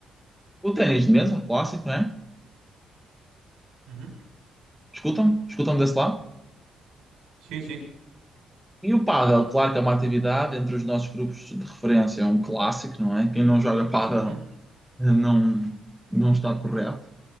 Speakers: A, in the centre; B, on the right (about 85°).
A: o ténis de mesa, clássico, não é?
B: Uhum.
A: Escutam? Escutam desse lado?
B: Sim, sim.
A: E o pádel, claro que é uma atividade entre os nossos grupos de referência, é um clássico, não é? Quem não joga pádel
B: Uhum,
A: eh, não, não está correto,